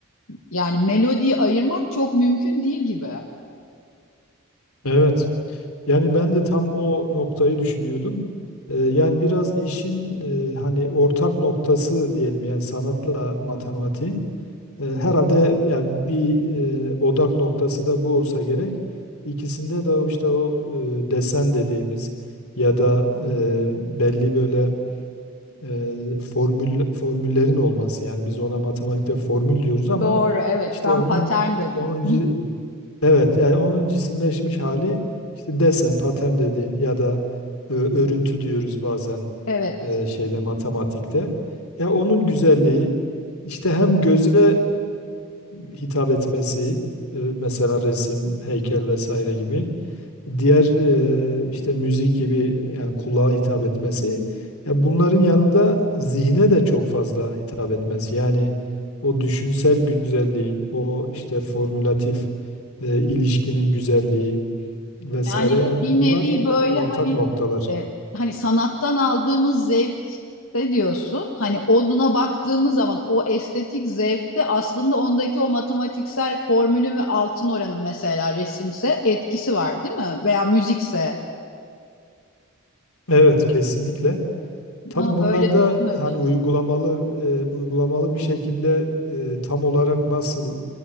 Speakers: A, on the left; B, on the left.
A: yani melodiyi ayırmak çok mümkün değil gibi.
B: Evet. Yani ben de tam o noktayı düşünüyordum. E, yani biraz işin e, hani ortak noktası diyelim yani sanatla matematiğin. E, Herhalde ya bir e, odak noktası da bu olsa gerek. İkisinde de o işte o e, desen dediğimiz ya da e, belli böyle e, formül formüllerin olması yani biz ona matematikte formül diyoruz ama
A: Doğru, evet
B: işte
A: ben
B: onun
A: patern dedim.
B: onun ci-
A: <laughs>
B: evet yani onun cisimleşmiş hali işte desen patern dediğin ya da e, örüntü diyoruz bazen
A: Evet.
B: e, şeyde matematikte ya onun güzelliği işte hem göze e, hitap etmesi e, mesela resim heykel vesaire gibi diğer e, işte müzik gibi yani kulağa hitap etmesi ya bunların yanında zihne de çok fazla hitap etmesi. Yani o düşünsel güzelliğin, o işte formülatif e, ilişkinin güzelliği vesaire
A: Yani
B: yani
A: bir
B: bunlar
A: nevi böyle
B: e, ortak
A: hani
B: noktalar.
A: e, hani sanattan aldığımız zevkte diyorsun. Hani onuna baktığımız zaman o estetik zevkte aslında ondaki o matematiksel formülün ve altın oranın mesela resimse etkisi var değil mi? Veya müzikse.
B: Evet kesinlikle. Tabii
A: Ha,
B: bunlarda
A: böyle düşünmemiş.
B: hani uygulamalı e, uygulamalı bir şekilde e, tam olarak nasıl